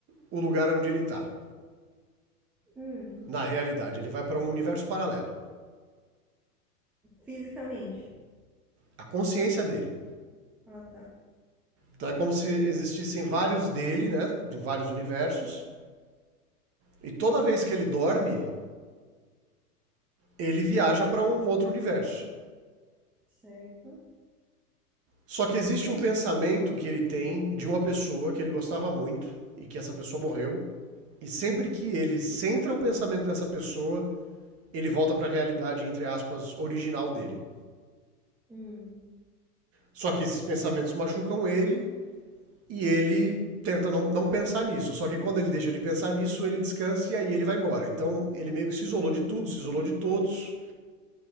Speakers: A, on the right; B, in the centre.
A: o lugar onde ele está
B: hum.
A: Na realidade, ele vai para um universo paralelo.
B: Fisicamente.
A: A consciência dele.
B: Ah, tá.
A: Então é como se existissem vários dele, né? Em vários universos. E toda vez que ele dorme, ele viaja para um outro universo.
B: Certo.
A: Só que existe um pensamento que ele tem de uma pessoa que ele gostava muito e que essa pessoa morreu. E sempre que ele centra o pensamento nessa pessoa, ele volta para a realidade, entre aspas, original dele.
B: Hum.
A: Só que esses pensamentos machucam ele e ele tenta não, não pensar nisso. Só que quando ele deixa de pensar nisso, ele descansa e aí ele vai embora. Então ele meio que se isolou de tudo, se isolou de todos